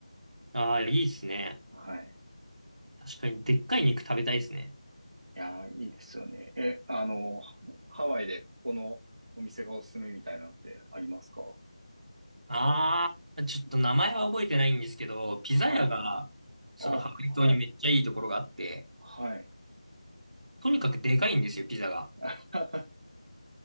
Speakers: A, on the right (about 80°); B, on the right (about 65°).
A: ああ、いいっすね。
B: ます。はい。
A: 確かに、でっかい肉食べたいですね。
B: いやー、いいですよね。え、あの、ハハワイでここのお店がおすすめみたいなのってありますか
A: あー、ちょっと名前は覚えてないんですけど、ピザ屋が、
B: はい。
A: そのハワイ島にめっちゃいいところがあって、
B: あ、はい。はい。
A: とにかくでかいんですよ、ピザが。
B: <laughs>